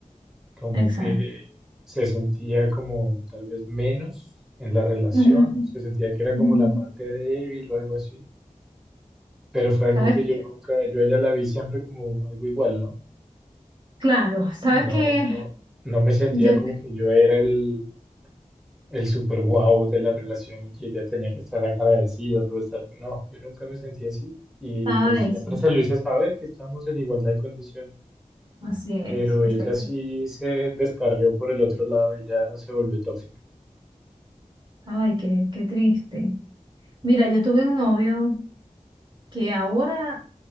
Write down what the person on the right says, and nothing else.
Exacto.
Ujú,
ujú.
¿Sabes
qué?
Claro, sabes
que
yo
pensaba
de
eso.
Así es,
perfecto.
Ay, qué, qué triste. Mira, yo tuve un novio. que ahora